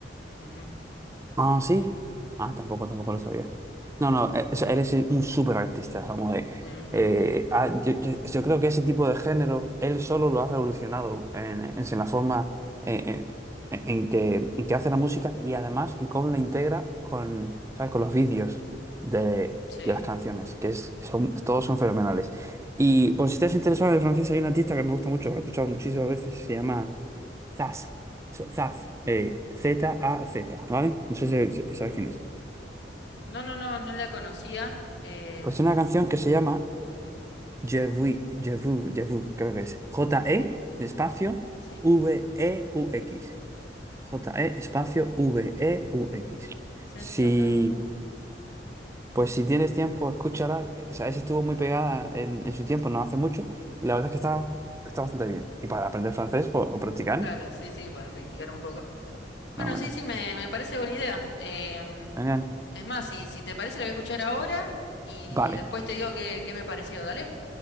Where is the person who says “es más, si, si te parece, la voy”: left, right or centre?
Left